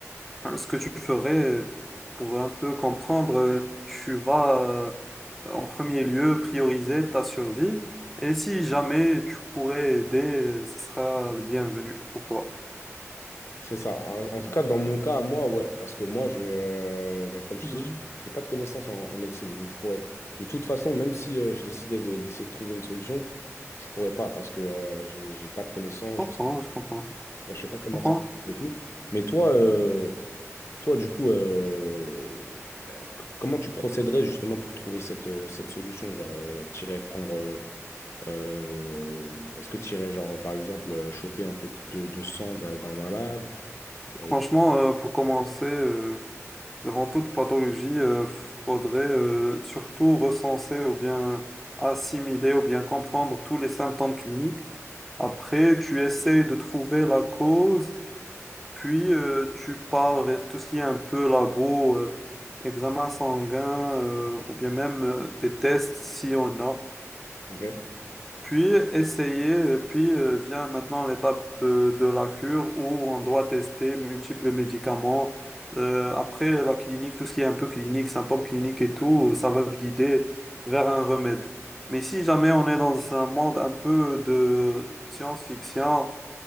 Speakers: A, in the centre; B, on the left (about 55°).
A: ce que tu ferais euh, pour un peu comprendre, euh, tu vas euh, en premier lieu prioriser ta survie et si jamais tu pourrais aider, euh, ce sera le bienvenu pour toi.
B: C'est ça. En, en tout cas, dans mon cas, moi, ouais, parce que moi, je, euh, ben, comme je
A: Mhm.
B: te dis, j'ai pas de connaissances en, en médecine, donc je pourrais, de toute façon, même si euh, je décidais de, d'essayer de trouver une solution, je pourrais pas parce que euh, j'ai j'ai pas de connaissances,
A: Je comprends,
B: je sais
A: je comprends,
B: pas, je sais pas comment
A: je comprends.
B: ça et tout. Mais toi, euh, Toi, du coup, euh, euh, c- comment tu procéderais justement pour trouver cette, euh, cette solution? Genre, euh, t'irais prendre. euh, euh, est-ce que t'irais, genre, par exemple, euh, choper un peu de, de sang d'un d'un malade? Et...
A: Franchement, euh, pour commencer, euh, devant toute pathologie, euh, faudrait euh, surtout recenser ou bien assimiler ou bien comprendre tous les symptômes cliniques. Après, tu essayes de trouver la cause, puis euh, tu pars vers tout ce qui est un peu labo, euh, examen sanguin, euh, ou bien même euh, des tests si on a.
B: Ok.
A: Puis essayer, euh, puis euh, vient maintenant l'étape euh, de la cure où on doit tester multiples médicaments. Euh, après la clinique, tout ce qui est un peu clinique, symptômes cliniques et tout, ça va te guider vers un remède. Mais si jamais on est dans un monde un peu de science-fiction,